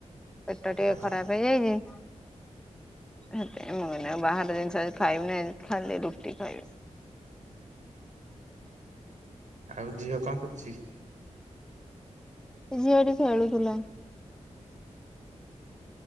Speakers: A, in the centre; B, on the right.
A: ପେଟ ଟିକେ
B: ଓହୋ
A: ଖରାପ ହେଇଯାଇଛି। ଏ ମୁଁ ଏନେ ବାହାର ଜିନିଷ ଖାଇବିନି ଖାଲି ରୁଟି ଖାଇବି।
B: ଆଉ ଝିଅ କଣ କରୁଚି?
A: ଏ ଝିଆ ଏଠି ଖେଳୁଥିଲା।